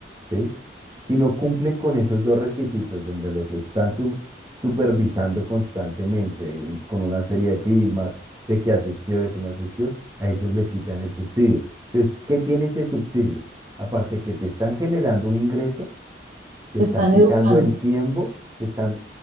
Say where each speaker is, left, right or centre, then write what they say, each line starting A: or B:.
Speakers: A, on the right; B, on the right.
A: ¿sí? Si no cumplen con esos dos requisitos, donde los están su- supervisando constantemente un- con una serie de firmas, de que asistió, de que no asistió, a ellos le quitan el subsidio. Entonces, ¿qué tiene ese subsidio? Aparte que te están generando un ingreso, te
B: Te
A: están
B: están
A: quitando
B: educando.
A: el tiempo, te están